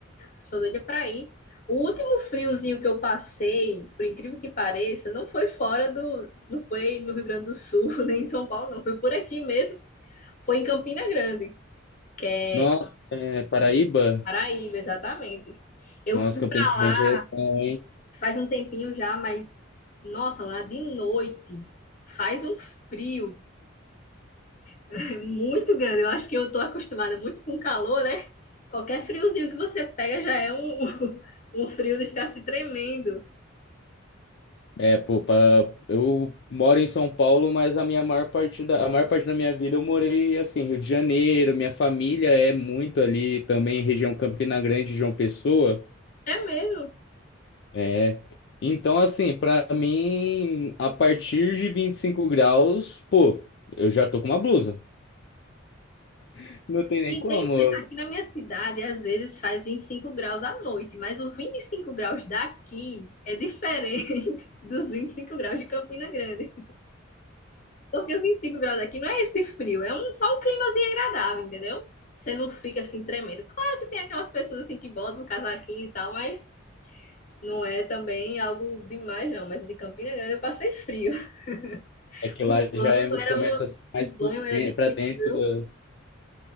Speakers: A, on the left; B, on the left.
A: Sou doida pra ir. O último friozinho que eu passei, por incrível que pareça, não foi fora do. Não foi no Rio Grande do Sul, <laughs> nem em São Paulo, não. Foi por aqui mesmo. Foi em Campina Grande, que é
B: Nossa, é, Paraíba?
A: Paraíba, exatamente. Eu
B: Nossa,
A: fui
B: Campina
A: pra
B: Grande
A: lá
B: é bom, hein?
A: faz um tempinho já, mas. Nossa, lá de noite faz um frio <laughs> muito grande. Eu acho que eu tô acostumada muito com calor, né? Qualquer friozinho que você pega já é um, <laughs> um frio de ficar se tremendo.
B: É, pô, pra- eu moro em São Paulo, mas a minha maior parte da, a maior parte da minha vida eu morei assim, Rio de Janeiro, minha família é muito ali também, região Campina Grande, João Pessoa.
A: É mesmo.
B: É. Então, assim, pra mim, a partir de 25 graus, pô, eu já tô com uma blusa. <laughs> Não tem nem
A: E
B: como.
A: tem, aqui na minha cidade, às vezes faz 25 graus à noite, mas os 25 graus daqui é diferente <laughs> dos 25 graus de Campina Grande. Porque os 25 graus daqui não é esse frio, é um, só um climazinho agradável, entendeu? Você não fica assim tremendo. Claro que tem aquelas pessoas assim que botam um casaquinho e tal, mas não é também algo demais, não. Mas o de Campina Grande eu passei frio. <laughs>
B: É que
A: O
B: lá
A: banho
B: já é-
A: era
B: começa
A: uma,
B: a ser mais
A: o banho
B: pro
A: era
B: den-
A: difícil,
B: pra dentro
A: viu?
B: da.